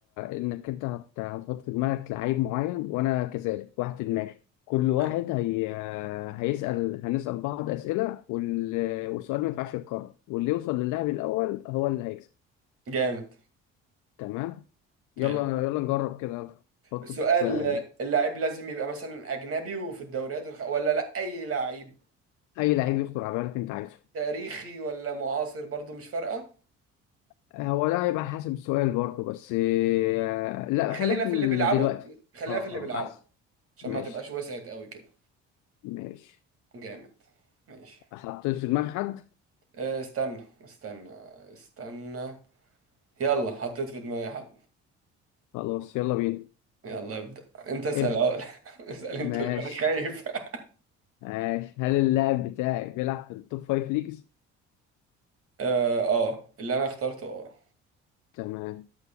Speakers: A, on the left; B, on the right.
A: انك انت هت- هتحط في دماغك لعيب معين وانا كذلك واحد في دماغي كل واحد
B: حلو
A: هي... هيسال هنسال بعض اسئله وال... والسؤال ما ينفعش يتكرر واللي يوصل للاعب الاول هو اللي هيكسب
B: جامد
A: تمام يلا
B: جامد
A: يلا نجرب كده يلا. حط
B: سؤال
A: في
B: اللاعب لازم يبقى مثلا اجنبي وفي الدوريات الخ... ولا لا اي لاعب
A: اي لعيب يخطر على بالك انت عايزه
B: تاريخي ولا معاصر برضو مش فارقة
A: آه، هو ده هيبقى حسب السؤال برضه بس آه، لا خلينا
B: خلينا
A: في
B: في
A: ال-
B: اللي بيلعبوا
A: دلوقتي
B: خلينا
A: اه اه
B: في اللي بيلعبوا
A: احسن
B: عشان
A: ماشي
B: ما تبقاش وسعت قوي كده
A: ماشي
B: جامد ماشي
A: حطيت في دماغ حد
B: أه، استنى استنى استنى يلا حطيت في دماغي حد
A: خلاص يلا بينا
B: يلا ابدأ انت اسأل
A: ابدا
B: الاول <laughs> اسأل انت
A: ماشي
B: الاول أنا خايف <laughs>
A: ماشي هل اللاعب بتاعي بيلعب في التوب فايف ليجز
B: اه آه، اللي انا اخترته اه
A: تمام